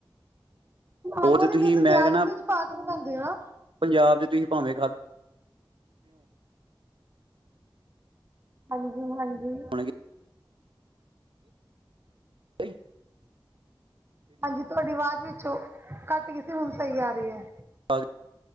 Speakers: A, on the right; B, on the right.
A: ਉਹ
B: ਆਲੂਆਂ
A: ਤੇ ਤੁਸੀਂ
B: ਦੀ ਮਿਸ,
A: ਮੈਂ
B: ਪਿਆਜ਼
A: ਕਹਿਣਾ
B: -ਪਿਓਜ਼ ਪਾ ਕੇ ਬਨਾਂਦੇ ਓ ਨਾ?
A: ਪੰਜਾਬ ਦੇ 'ਚ ਤੁਸੀ ਭਾਵੇਂ ਖਾਧ।
B: ਹਾਂਜੀ-ਹਾਂਜੀ।
A: ਹਾਂਜੀ। ਬਈ!
B: ਹਾਂਜੀ, ਤੁਹਾਡੀ ਆਵਾਜ਼ ਵਿੱਚੋਂ, ਕੱਟ ਗਈ ਸੀ ਹੁਨ ਸਹੀ ਆ ਰੀ ਐ।
A: ਅੱਜ